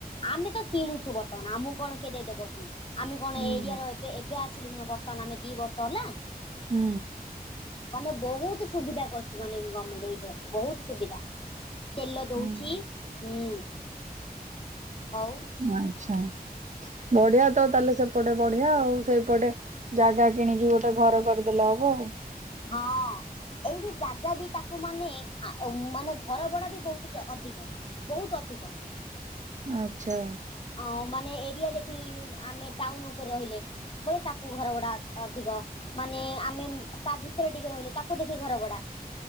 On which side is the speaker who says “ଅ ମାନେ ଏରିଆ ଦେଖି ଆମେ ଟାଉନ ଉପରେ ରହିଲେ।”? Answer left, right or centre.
Left